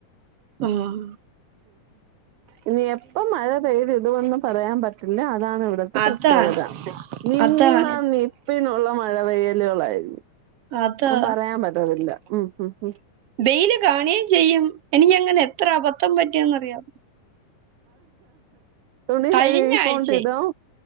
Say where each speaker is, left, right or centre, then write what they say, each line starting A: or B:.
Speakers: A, on the right; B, on the right.
A: ഓ ആഹ് ആഹ്
B: ഇനി എപ്പം മഴ പെയ്തിടുമെന്ന് പറയാൻ പറ്റില്ല അതാണ് ഇവിടെ
A: അതാണ്
B: പ്രത്യേകത നിന്ന
A: അതാണ്
B: നിപ്പിനുള്ള മഴ പെയ്യലുകളായി
A: അതാ
B: പറയാൻ പറ്റത്തില്ല ഉം ഉം ഉം
A: വെയില് കാണുകയും ചെയ്യും. എനിക്കങ്ങനെ എത്ര അബദ്ധം പറ്റിയെന്ന് അറിയാവോ?
B: തുണി
A: കഴിഞ്ഞ
B: കഴിക്കോണ്ട്
A: ആഴ്ചെ
B: ഇടും.